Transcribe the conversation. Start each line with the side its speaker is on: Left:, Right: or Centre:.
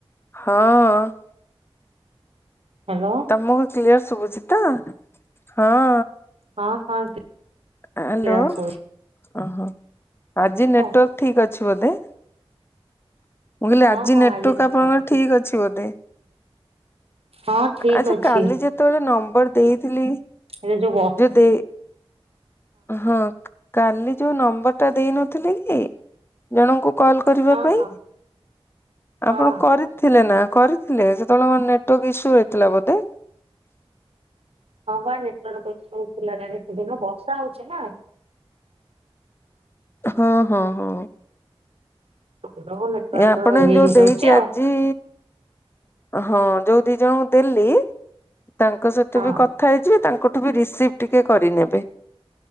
Left: ହଁ।
Right: ହ୍ୟାଲୋ।
Left: ତମକୁ କ୍ଲିୟର ଶୁଭୁଛି ତ? ହଁ।
Right: ହଁ ହଁ।
Left: ଆଲୋ
Right: କ୍ଲିୟର
Left: ହ
Right: ଶୁଭୁଛି
Left: ହ। ଆଜି ନେଟୱାର୍କ
Right: ତ
Left: ଠିକ୍ ଅଛି ବୋଧେ। ମୁଁ କହିଲି
Right: ହଁ
Left: ଆଜି
Right: ହଁ
Left: ନେଟୁକ୍
Right: ନେଟୱାର୍କ
Left: ଆପଣଙ୍କର ଠିକ୍ ଅଛି ବୋଧେ।
Right: ହଁ। ଠିକ
Left: ଆଚ୍ଛା
Right: ଅଛି
Left: କାଲି ଯେତେବେଳେ ନମ୍ବର ଦେଇଥିଲି
Right: ଏଇ ଯୋଉ ବ
Left: ଯୋଦେ ହଁ କାଲି ଯୋଉ ନମ୍ବରଟା ଦେଇନଥିଲି କି ଜଣଙ୍କୁ କଲ କରିବା
Right: ହଁ
Left: ପାଇଁ
Right: ହଁ ହଁ
Left: ଆପଣ କରି ଥିଲେ ନା କରିଥିଲେ ସେତେବେଳେ ମର ନେଟୱାର୍କ ଇସୁ ରହିଥିଲା ବୋଧେ।
Right: ହଁ ବା ନେଟୱା <unintelligible> ଥିଲା ସେଦିନ ବର୍ଷା ହୋଉଚି ନା।
Left: ହଁ ହଁ ହଁ।
Right: <unintelligible>
Left: ଏ ଆପଣ
Right: ଇଏ
Left: ଯୋଉ
Right: ହେଇଯାଉଛି
Left: ଦେଇଚି ଆଜି
Right: ଆଉ
Left: ହଁ ଯୋଉ ଦି ଜଣଙ୍କୁ ଦେଲି ତାଙ୍କ ସହିତ
Right: ହଁ
Left: ବି କଥା ହେଇଯିବେ ତାଙ୍କଠୁ ବି ରିସିଭ ଟିକେ କରିନେବେ।